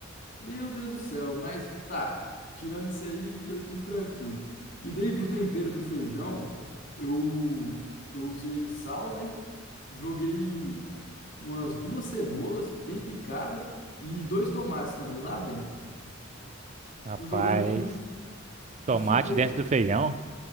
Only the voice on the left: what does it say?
Meu Deus do céu, mas tá. Tirando isso aí, foi tudo tranquilo. E daí pro tempero do feijão, eu eu usei sal, né? Joguei umas duas cebolas bem picadas e dois tomates também lá dentro.
Fui jogando tudo
e ficou